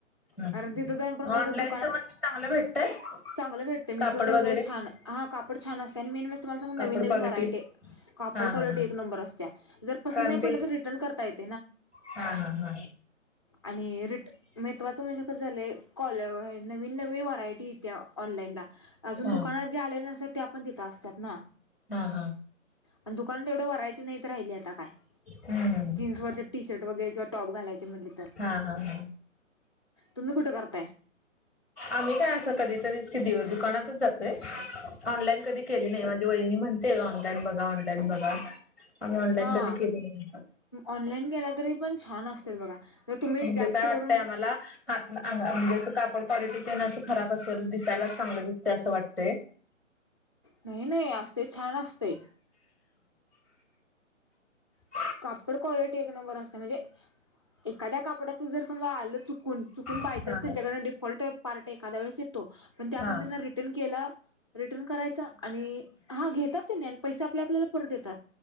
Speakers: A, in the centre; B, on the left.
A: हा
B: कारण <unintelligible> क <unintelligible> दु
A: ऑनलाईनच मग चांगलं भेटतय
B: चांग भेट मिश
A: कापड
B: वरे
A: वगैरे
B: छा कापड छान अस न <unintelligible> तुम्हाला सग
A: कापड
B: नवीन नवीन
A: क्वालिटी
B: व्हरायटी कापड
A: हा हा
B: क्वालिटी
A: हा
B: एक नंबर असत्या जर पसंत
A: कारण
B: नाही
A: ते
B: पडल‌ तर रिटर्न करता येत <unintelligible>
A: हा हा हा.
B: आणि रिट महत्वाचं म्हणजे कसं झालंय कॉलर नवीन नवीन व्हरायटी. त्या ऑनलाईनला अजून
A: हा
B: दुकानात जे आलेले नसत ते आपण त असतात ना.
A: हा हा
B: आणि दुकानात एवढं व्हरायटी नाहीत राहिली आता काय.
A: हम्म हम्म
B: जीन्सवररचे टी शर्ट वगैरे किंवा टॉप घालायचे म्हटले तर.
A: हा हा हा
B: तुम्ही कुठे करता.
A: आम्ही काय अस कधीतरी कि दुकानातच जातोय ऑनलाईन कधी केली नाही म्हणजे वहिनी... म्हणते ऑनलाईन बघा ऑनलाईन बघा आम्ही ऑनलाईन
B: हां
A: कधी केली नाही.
B: ऑनलाईन केला तरी पण छान असतील बघा. तर तुम्ही
A: म्हणजे
B: जास्त
A: काय वाटतंय
B: करून
A: आम्हाला हात म्हणजे अस का आपड क्वालिटी.. असं खराब असेल दिसायलाच चांगलं दिसत असं वाटतंय.
B: नाही नाही असते छान असते.
A: ह <inaudible>
B: कापड क्वालिटी एक नंबर असते म्हणजे एखाद्या कापडाचं जर समजा आलं चुकून. चुकून बायच्यान्स
A: हा
B: त्यांच्याकड डिफॉल्ट पार्ट एखाद्या वेळेस येतो पण त्या
A: हा
B: प त्यांना रिटर्न केला. रिटर्न करायचा आणि हा घेतात तेनी आणि पैसे आपले आपल्याला परत येतात.